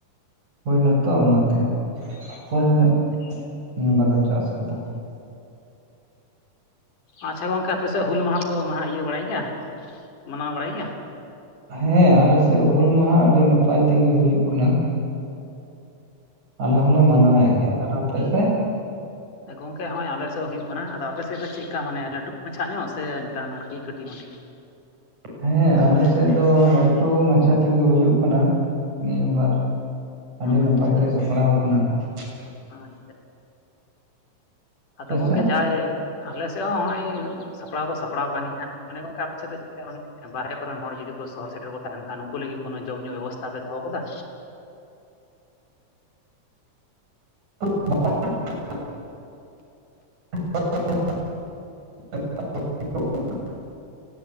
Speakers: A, on the right; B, on the left.
A: ᱦᱩᱭᱱᱟᱛᱚ ᱚᱱᱟᱛᱮ, ᱠᱚᱢ
B: ᱟᱪᱪᱷᱟ
A: ᱧᱚᱜ
B: ᱟᱪᱪᱷᱟ
A: ᱱᱤᱭᱟᱹ ᱵᱟᱨ ᱫᱚ ᱪᱟᱥ ᱠᱮᱫᱟ᱾
B: ᱟᱪᱪᱷᱟ ᱜᱚᱝᱠᱮ ᱟᱯᱮᱥᱮᱫ ᱦᱩᱞ ᱢᱟᱦᱟ ᱠᱚ ᱢᱟᱦᱟ ᱤᱭᱟᱹ ᱵᱟᱲᱟᱭ ᱜᱮᱭᱟ ᱢᱟᱱᱟᱣ ᱵᱟᱲᱟᱭ ᱜᱮᱭᱟ?
A: ᱦᱮᱸ ᱟᱞᱮᱥᱮᱫ ᱦᱩᱞ ᱢᱟᱦᱟ ᱟᱹᱰᱤ ᱱᱟᱯᱟᱭ ᱛᱮᱜᱮ ᱦᱩᱭᱩᱜ ᱠᱟᱱᱟ᱾ ᱟᱞᱮ ᱦᱚᱞᱮ ᱢᱟᱱᱟᱣᱮᱫ ᱜᱮᱭᱟ, ᱟᱨ ᱟᱯᱮᱥᱮᱫ?
B: ᱜᱚᱝᱠᱮ ᱦᱚᱸᱜᱼᱚᱭ ᱟᱞᱮᱥᱮᱫ ᱦᱩᱭᱩᱜ ᱠᱟᱱᱟ, ᱟᱫᱚ ᱟᱯᱮ ᱥᱮᱫ ᱫᱚ ᱪᱮᱫᱠᱟ ᱢᱟᱱᱮ ᱞᱟᱹᱴᱩ ᱢᱟᱪᱷᱟ ᱧᱚᱜ ᱥᱮ ᱮᱱᱠᱟᱱ ᱟᱨᱠᱤ ᱠᱟᱹᱴᱤᱡ ᱢᱟᱹᱴᱤ?
A: ᱦᱮᱸ ᱟᱞᱮᱥᱮᱫ ᱫᱚ ᱞᱟᱹᱴᱩ ᱢᱟᱪᱷᱟ ᱛᱮᱜᱮ ᱦᱩᱭᱩᱜ ᱠᱟᱱᱟ᱾ ᱱᱤᱭᱟᱹ ᱵᱟᱨ, ᱟᱹᱰᱤ
B: ᱟᱪᱪᱷᱟ
A: ᱱᱟᱯᱟᱭᱛᱮ ᱥᱟᱯᱲᱟᱣ ᱠᱟᱱᱟ ᱱᱟᱦᱟᱸᱜ᱾
B: ᱟᱪᱪᱷᱟ ᱟᱫᱚ ᱜᱚᱝᱠᱮ
A: ᱥᱮᱫ
B: ᱡᱟᱦᱟᱸᱭ ᱟᱞᱮ ᱥᱮᱫ ᱦᱚᱸ ᱦᱚᱜᱼᱚᱭ ᱥᱟᱯᱲᱟᱣ ᱫᱚ ᱥᱟᱯᱲᱟᱣ ᱠᱟᱱ ᱜᱮᱭᱟ, ᱢᱚᱱᱮ ᱚᱝᱠᱟ ᱟᱯᱮᱥᱮᱫ ᱫᱚ ᱵᱟᱨᱦᱮ ᱠᱚᱨᱮᱱ ᱦᱚᱲ ᱡᱩᱫᱤ ᱠᱚ ᱥᱚᱦᱚᱨ ᱥᱮᱴᱮᱨ ᱠᱚ ᱛᱟᱦᱮᱱ ᱠᱷᱟᱱ ᱩᱱᱠᱩ ᱞᱟᱹᱜᱤᱫ ᱠᱚᱱᱚ ᱡᱚᱢ ᱧᱩ ᱵᱮᱵᱚᱥᱛᱟ ᱯᱮ ᱫᱚᱦᱚ ᱟᱠᱟᱫᱟ?
A: <unintelligible> <unintelligible>